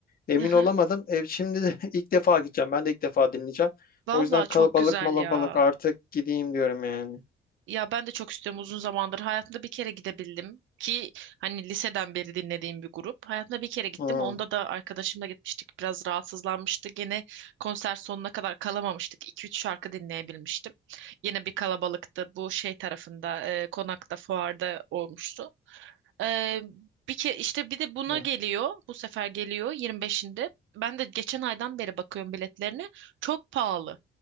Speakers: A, on the left; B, on the right.
A: Emin
B: Aha.
A: olamadım. E, şimdi de <laughs> ilk defa gideceğim. Ben de ilk defa dinleyeceğim.
B: Vallahi
A: O yüzden kalabalık
B: çok güzel
A: malabalık
B: ya.
A: artık gideyim diyorum yani.
B: Ya ben de çok istiyorum uzun zamandır. Hayatımda bir kere gidebildim ki hani liseden beri dinlediğim bir grup. Hayatımda bir kere gittim.
A: Hı.
B: Onda da arkadaşımla gitmiştik. Biraz rahatsızlanmıştı. Gene konser sonuna kadar kalamamıştık. 2 üç şarkı dinleyebilmiştim. Yine bir kalabalıktı. Bu şey tarafında, e, konakta, fuarda olmuştu. Ee, bir ke işte bir de buna
A: Hı
B: geliyor. Bu sefer geliyor 25'inde. Ben de geçen aydan beri bakıyorum biletlerine. Çok pahalı.